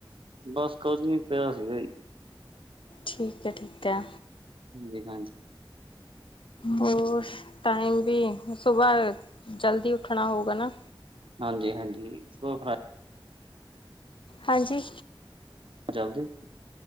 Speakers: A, on the right; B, on the left.
A: ਬਸ ਕੁਸ਼ ਨੀ, ਪਿਆ ਸੀਗਾ ਜੀ।
B: ਠੀਕ ਐ -ਠੀਕ ਐ।
A: ਜੀ ਹਾਂਜੀ।
B: ਹੋਰ, ਟਾਈਮ ਬੀ, ਸੁਬਾਹ, ਜਲਦੀ ਉੱਠਨਾ ਹੋਊ ਗਾ ਨਾ।
A: ਹਾਂਜੀ-ਹਾਂਜੀ ਸੁਬਾਹ ਉਠਨਾ।
B: ਹਾਂਜੀ।
A: ਜਲਦੀ।